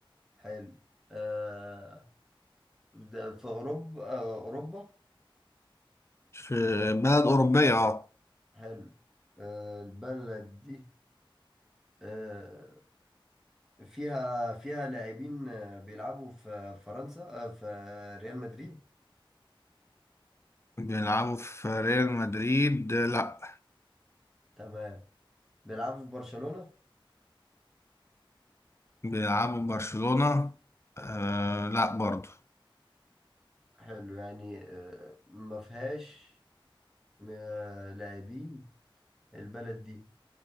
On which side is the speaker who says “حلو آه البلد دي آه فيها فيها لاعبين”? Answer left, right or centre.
Centre